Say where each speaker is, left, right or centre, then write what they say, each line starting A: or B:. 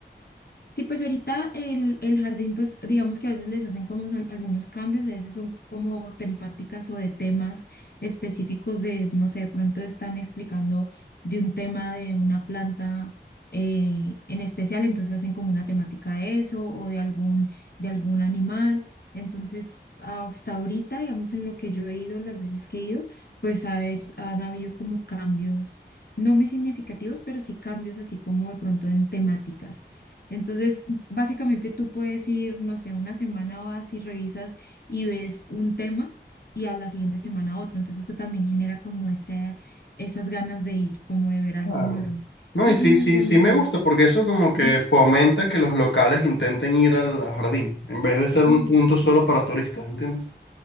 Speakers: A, on the left (about 60°); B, on the left (about 80°).
A: Sí, pues ahorita el, el jardín, pues digamos que a veces les hacen como al- algunos cambios, a veces son como temáticas o de temas específicos de, no sé, de pronto están explicando de un tema de una planta eh, en especial, entonces hacen como una temática de eso o de algún, de algún animal. Entonces, hasta ahorita, digamos, en lo que yo he ido, las veces que he ido, pues ha hech- han habido como cambios, no muy significativos, pero sí cambios así como de pronto en temáticas. Entonces, básicamente tú puedes ir, no sé, una semana vas y revisas y ves un tema y a la siguiente semana otro. Entonces, esto también genera como ese, esas ganas de ir, como de ver algo
B: Claro.
A: nuevo.
B: No,
A: Y
B: y
A: es
B: sí,
A: muy
B: sí,
A: bonito.
B: sí me gusta porque eso como que
A: Ujú.
B: fomenta que los locales intenten ir al jardín en vez de ser un
A: Uy,
B: punto
A: sí.
B: solo para turistas, ¿entiendes?